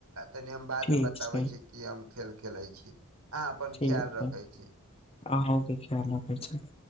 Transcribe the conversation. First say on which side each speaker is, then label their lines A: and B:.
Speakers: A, on the right; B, on the left.
A: तनि हम। बाद
B: ठीक
A: में बताबै
B: छै
A: छी, की हम खेल-खेलै छी। अहाँ अपन
B: ठीक
A: ख्याल रखै
B: अहूं
A: छी
B: देखियौ हमो देखै छी।